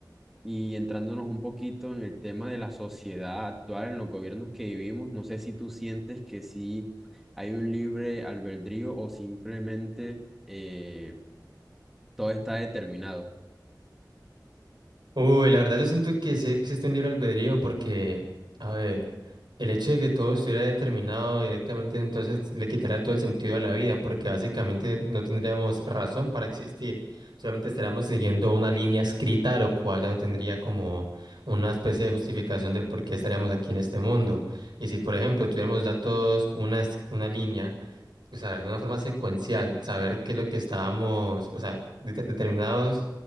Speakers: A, in the centre; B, on the right.
A: y entrándonos un poquito en el tema de la sociedad actual, en los gobiernos que vivimos, no sé si tú sientes que sí hay un libre albedrío o simplemente eh, todo está determinado.
B: Uy, la verdad yo siento que sí existe un libre albedrío porque, a ver, el hecho de que todo estuviera determinado directamente entonces le quitaría todo el sentido a la vida porque básicamente no tendríamos razón para existir, solamente estaríamos siguiendo una línea escrita, lo cual ya no tendría como una especie de justificación del por qué estaríamos aquí en este mundo. Y si, por ejemplo, tuviéramos datos, una, es- una línea, o sea, de una forma secuencial, saber qué es lo que estábamos, o sea, de- determinados